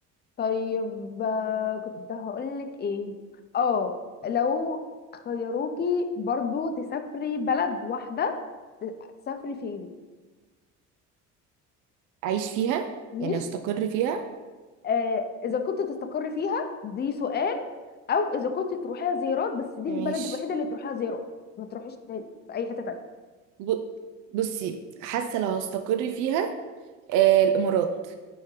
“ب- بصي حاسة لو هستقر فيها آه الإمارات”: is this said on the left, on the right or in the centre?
Right